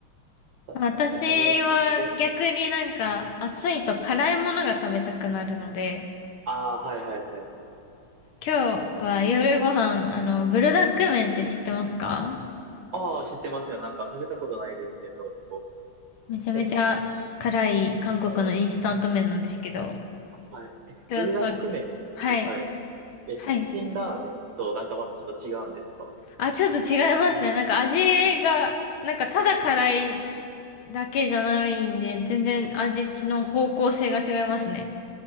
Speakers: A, on the right; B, on the left.
A: 確かにね、
B: 私は逆になんか暑いと辛いものが食べたくなるので、
A: 食べやすい系。うん、ああ、はいはいはい。
B: 今日は夜ご飯、あの、ブルダック麺って知ってますか
A: ああ、知ってますよ。なんか食べたことないですけど。
B: めちゃめちゃ辛い韓国のインスタント麺なんですけど、
A: え、はい、はい。え、
B: 今日それ、
A: ブルダック麺って、
B: はい、
A: はい。え、
B: はい。
A: 辛ラーメンとなんかまたちょっと違うんですか
B: あ、ちょっと違いますね。なんか味が、なんかただ辛いだけじゃないんで、全然味の方向性が違いますね。